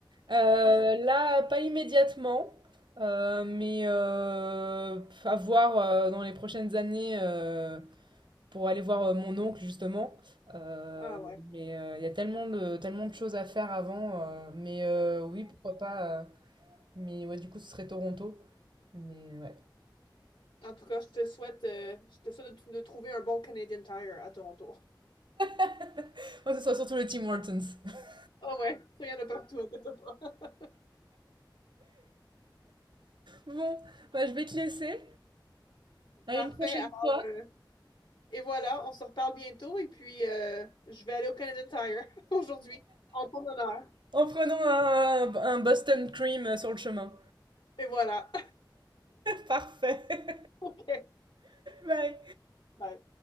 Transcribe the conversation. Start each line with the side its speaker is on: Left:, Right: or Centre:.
Right: Heu,
Left: Prochaine.
Right: là, pas immédiatement, heu, mais heu, à voir, heu, dans les prochaines années, heu, pour aller voir, heu, mon oncle justement. Heu,
Left: Ah ouais.
Right: mais heu, il y a tellement de tellement de choses à faire avant, heu, mais heu, oui, pourquoi pas, heu, mais ouais, du coup, ce serait Toronto. Mais ouais.
Left: En tout cas, je te souhaite, euh, je te souhaite de, t- de trouver un bon Canadian Tire à Toronto.
Right: <laughs> Moi, ce sera surtout le Tim Hortons. <laughs>
Left: Ah ouais, ça, il y en a partout, inquiète-toi pas. <laughs>
Right: Bon, bah, je vais te laisser. À
Left: Parfait.
Right: une prochaine
Left: alors,
Right: fois.
Left: euh, et voilà, on se reparle bientôt et puis euh, je vais aller au Canadian Tire <laughs> aujourd'hui en ton honneur.
Right: en prenant un, un Boston Cream euh, sur le chemin.
Left: Et voilà.
Right: <laughs> Parfait.
Left: <laughs> OK.
Right: Bye.
Left: Bye.